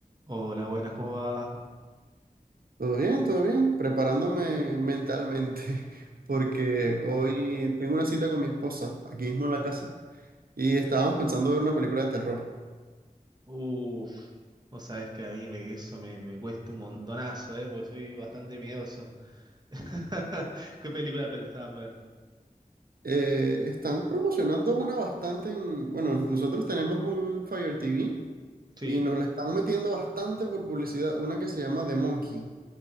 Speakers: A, on the right (about 30°); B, on the right (about 80°).
A: Hola, buenas, ¿cómo va?
B: Todo bien, todo bien, preparándome mentalmente, <laughs> porque
A: Bien.
B: hoy tengo una cita con mi esposa, aquí mismo en la casa, y estábamos pensando ver una película de terror.
A: Uf, vos sabés que a mí me, eso me, me cuesta un montonazo, ¿eh? Porque soy bastante miedoso. <laughs> ¿Qué película pensaban ver?
B: Eh, están promocionando una bastante en, bueno, nosotros tenemos un Fire TV
A: Sí.
B: y nos la están metiendo bastante por publicidad, una que se llama The Monkey.